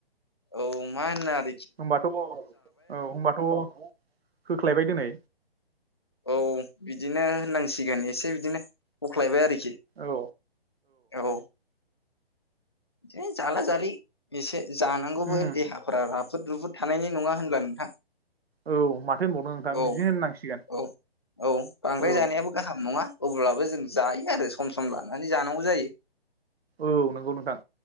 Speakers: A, on the left; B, on the right.
A: औ माहोननो आर
B: होनबाथ' औ होमबाथ' होख्लायबाय दिनै
A: औ बिदिनो होननांसिगोन एसे बिदिनो हख्लायबाय आरोखि
B: औ
A: औ बिदिनो जाला जालि एसे जानांगौबो
B: उम
A: देहाफोरा रा फोद रुफुद थानायनि नङा होनब्ला नोंथां
B: औ माथो होनबावनो नोंथां
A: औ
B: बिदिनो होननांसिगोन
A: औ औ बांद्राय
B: औ
A: जानायाबो गाहाम नङा अब्लाबो जों जायो आरो सम सम लानानै जानांगौ जायो।
B: औ नंगौ नोंथां